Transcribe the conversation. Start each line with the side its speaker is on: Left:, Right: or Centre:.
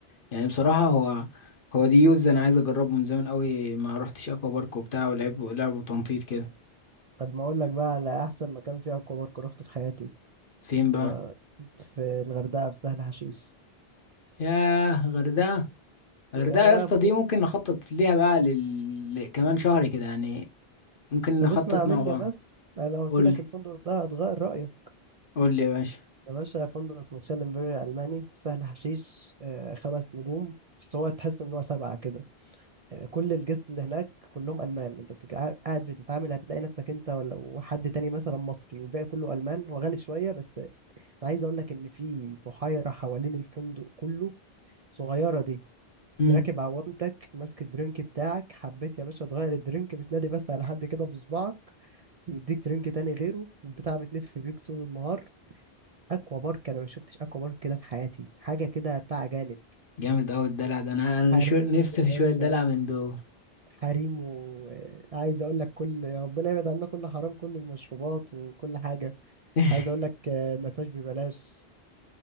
Left: يعني بصراحة هو هو دي يوز انا عايز اجربه من زمان قوي ما روحتش اكوا بارك وبتاع ولعب لعب تنطيط كده
Right: طب ما أقول لك بقى على أحسن مكان فيه أكوا بارك روحته في حياتي
Left: فين
Right: و-
Left: بقى
Right: في الغردقة في سهل حشيش
Left: ياه غردقة غردقة
Right: يا
Left: يا اسطى
Right: ب-
Left: دي ممكن نخطط ليها بقى لل... ل- كمان شهر كده يعني ممكن
Right: طب
Left: نخطط
Right: اسمع مني
Left: مع بعض
Right: بس أنا لو قلت
Left: قول
Right: لك
Left: لي
Right: الفندق ده هتغير رأيك
Left: قول لي يا باشا
Right: يا باشا فندق اسمه تشيلنبري ألماني في سهل حشيش آه، خمس نجوم بس هو تحس إن هو سبعة كده يعني كل الجست اللي هناك كلهم ألمان أنت بتك... قاعد بتتعامل هتلاقي نفسك أنت ولا وحد تاني مثلا مصري والباقي كله ألمان وغالي شوية بس أنا عايز أقول لك إن في بحيرة حوالين الفندق كله صغيرة دي
Left: امم
Right: دي راكب عوامتك ماسك الدرينك بتاعك حبيت يا باشا تغير الدرينك بتنادي بس على حد كده بصبعك يديك درينك تاني غيره والبتاع بتلف بيك طول النهار اكوا بارك انا ما شفتش اكوا بارك كده في حياتي حاجه كده بتاع اجانب
Left: جامد قوي الدلع ده انا انا
Right: حريم
Left: شو... نفسي
Right: يا
Left: في
Right: باشا
Left: شوية دلع من دول
Right: حريم وعايز اقول لك كل يا ربنا يبعد عنا كل حرام كل المشروبات وكل حاجه
Left: <laughs>
Right: عايز اقول لك آه، مساج ببلاش